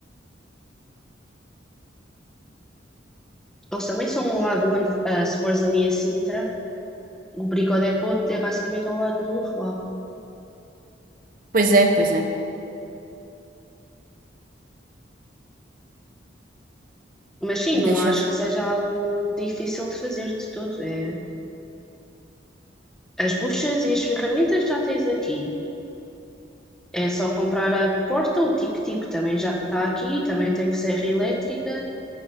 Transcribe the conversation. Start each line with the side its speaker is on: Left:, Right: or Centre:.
Centre: Eles também são ao lado, onde, ah, se fores ali a Sintra, o Brico Dépôt é basicamente ao lado do Leroy.
Right: Pois é, pois é.
Centre: Mas sim, não
Right: Deixa
Centre: acho
Right: eu ver.
Centre: que seja algo difícil de fazer de todo. É, as buchas e as ferramentas já tens aqui. É só comprar a porta, o tic-tic também já está aqui, também tem serra elétrica.